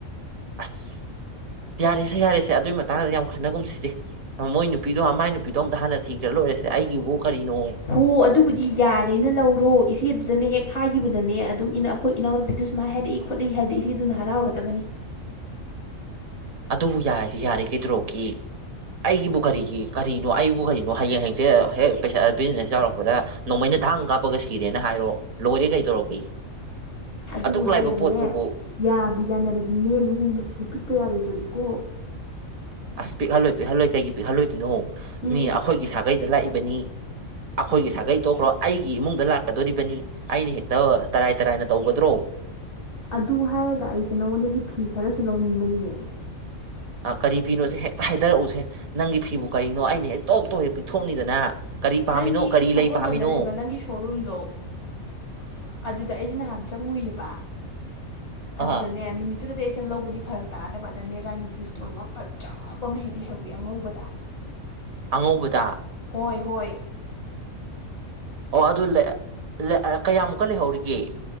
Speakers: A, on the right; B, on the left.
A: ꯑꯁ ꯌꯥꯔꯦꯁꯦ ꯌꯥꯔꯦꯁꯦ ꯑꯗꯨꯒꯤ ꯃꯇꯥꯡꯗ ꯌꯥꯝ ꯈꯟꯅꯒꯨꯝ ꯁꯤꯖꯦ ꯃꯣꯏ ꯅꯨꯄꯤꯗꯣ ꯃꯥꯏ ꯅꯨꯄꯤꯗꯣ ꯑꯝꯇ ꯍꯥꯟꯅ ꯊꯤꯒꯔ ꯂꯣꯏꯔꯦꯁꯦ ꯑꯩꯒꯤꯕꯨ ꯀꯔꯤꯅꯣ
B: ꯍꯣ ꯑꯗꯨꯕꯨꯗꯤ ꯌꯥꯔꯦꯅ ꯂꯧꯔꯣ ꯏꯆꯦꯗꯨ ꯗꯨꯅ ꯍꯦꯛ ꯍꯥꯏꯒꯤꯕꯗꯅꯦ ꯑꯗꯨꯝ ꯏꯅꯥ ꯑꯈꯣꯏ ꯏꯅꯥꯎꯅꯨꯄꯤꯗꯨ ꯁꯨꯃꯥꯏꯅ ꯍꯥꯏꯔꯛꯏ ꯈꯣꯠꯂꯛꯏ ꯍꯥꯏꯕꯗ ꯏꯆꯦꯗꯨꯅ ꯍꯔꯥꯎꯔꯗꯕꯅꯤ <inaudible>
A: ꯑꯗꯨꯕꯨ ꯌꯥꯔꯗꯤ ꯌꯥꯔꯦ ꯀꯩꯗꯧꯔꯒꯦ ꯑꯩꯒꯤꯕꯨ ꯀꯔꯤꯒꯤ ꯀꯔꯤꯅꯣ ꯑꯩꯕꯨ ꯀꯔꯤꯅꯣ ꯍꯌꯦꯡ ꯍꯡꯆꯤꯠ ꯑꯥ ꯍꯦꯛ ꯄꯩꯁꯥ ꯑ ꯕꯤꯖꯤꯅꯦꯁ ꯌꯥꯎꯔꯛꯄꯗ ꯅꯣꯡꯃꯩꯅ ꯊꯥꯡ ꯀꯥꯞꯄꯒ ꯁꯤꯔꯦꯅ ꯍꯥꯏꯔꯣ ꯂꯣꯏꯔꯦ ꯀꯩꯗꯧꯔꯒꯦ
B: ꯑꯗꯨ
A: ꯑꯗꯨꯛ
B: ꯍꯥꯏꯔꯒꯅꯦ
A: ꯂꯥꯏꯕ ꯄꯣꯠꯇꯨꯕꯨ
B: ꯌꯥꯕꯨ ꯌꯥꯅꯔꯗꯤꯅꯦ ꯂꯨꯍꯣꯡꯕꯁꯤꯗꯤ ꯄꯤꯛꯄ ꯌꯥꯔꯣꯏꯗꯣꯔꯤ ꯀꯣ
A: ꯑꯁ ꯄꯤꯛꯍꯜꯂꯣꯏ ꯄꯤꯛꯍꯜꯂꯣꯏ ꯀꯩꯒꯤ ꯄꯤꯛꯍꯜꯂꯣꯏꯗꯣꯏꯅꯣ
B: ꯎꯝ
A: ꯃꯤ ꯑꯩꯈꯣꯏꯒꯤ ꯁꯥꯒꯩꯗ ꯂꯥꯛꯏꯕꯅꯤ ꯑꯈꯣꯏꯒꯤ ꯁꯥꯒꯩ
B: ꯑꯗ
A: ꯇꯣꯛꯈ꯭ꯔꯣ ꯑꯩꯒꯤ ꯏꯃꯨꯡꯗ ꯂꯥꯛꯀꯗꯣꯔꯤꯕꯅꯤ ꯑꯩꯅ ꯍꯦꯛꯇ ꯇꯔꯥꯏ ꯇꯔꯥꯏꯅ ꯇꯧꯒꯗ꯭ꯔꯣ
B: ꯑꯗꯨ ꯍꯥꯏꯔꯒ ꯑꯩꯁꯦ ꯅꯉꯣꯟꯗꯒꯤ ꯐꯤ ꯈꯔꯁꯨ ꯂꯧꯅꯤꯡꯕꯅꯤꯅꯦ
A: ꯑꯥ ꯀꯔꯤ ꯐꯤꯅꯣꯁꯦ ꯍꯦꯛꯇ ꯍꯥꯏꯗꯔꯛꯎꯁꯦ ꯅꯪꯒꯤ ꯐꯤꯕꯨ ꯀꯔꯤꯅꯣ ꯑꯩꯅ ꯍꯦꯛ ꯇꯣꯛ ꯇꯣꯛ ꯍꯦꯛ ꯄꯤꯊꯣꯛꯅꯤꯗꯅ ꯀꯔꯤ ꯄꯥꯝꯃꯤꯅꯣ
B: ꯅꯪꯒꯤ
A: ꯀꯔꯤ
B: ꯁꯒꯣꯜꯕꯟꯗ
A: ꯂꯩ ꯄꯥꯝꯃꯤꯅꯣ
B: ꯂꯩꯕ ꯅꯪꯒꯤ ꯁꯣꯔꯨꯝꯗꯣ ꯑꯥ ꯑꯗꯨꯗ ꯑꯩꯁꯦ ꯅꯍꯥꯟ ꯆꯪꯉꯨꯏꯑꯕ ꯑꯗꯨꯗꯅꯦ
A: ꯑꯥ
B: ꯅꯨꯃꯤꯠ ꯇꯨꯗꯗꯤ ꯑꯩꯁꯦ ꯂꯧꯕꯗꯤ ꯐꯔꯛ ꯇꯥꯔꯗꯕ ꯑꯗꯅꯦ ꯔꯥꯅꯤ ꯐꯤ ꯏꯁꯇꯣꯟꯋꯥꯛ ꯐꯖꯕꯝꯃ ꯍꯦꯛ ꯂꯩꯍꯧꯋꯤ ꯑꯉꯧꯕꯗ <inaudible>
A: ꯑꯉꯧꯕꯗ
B: ꯍꯣꯏ ꯍꯣꯏ
A: ꯑꯣ ꯑꯗꯨ ꯂꯩ ꯂꯩ ꯑꯥ ꯀꯌꯥꯃꯨꯛꯀ ꯂꯩꯍꯧꯔꯤꯒꯦ